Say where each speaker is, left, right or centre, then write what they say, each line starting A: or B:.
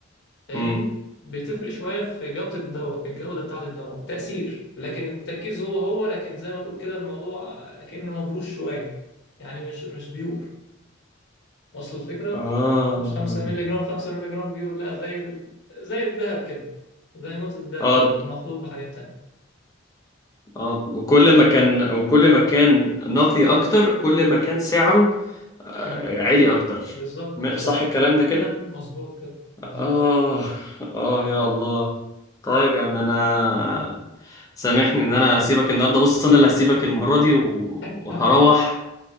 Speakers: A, on the left; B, on the left.
A: فاهمني؟
B: امم
A: بتفرق شوية في جودة الدواء في الجودة بتاعة الدواء تأثير لكن التركيز هو هو لكن زي ما تقول كده الموضوع كأنه مبروش شوية يعني مش مش بيور وصل الفكرة
B: اه
A: مش 5 مللي جرام 5 مللي جرام بيور لا زي ال... زي الذهب كده زي نقطة الذهب
B: آه.
A: كده مخلوط بحاجات تانية
B: اه وكل ما كان وكل ما كان نقي اكتر كل ما كان سعره آه،
A: مم.
B: عالي اكتر
A: بالظبط
B: م-
A: بالظبط
B: صح الكلام ده كده
A: مظبوط كده مظبوط
B: اه اه يا الله طيب يا ابني انا سامحني ان انا هسيبك النهارده بص انا اللي هسيبك المره دي و-
A: <laughs>
B: وهروح
A: ها.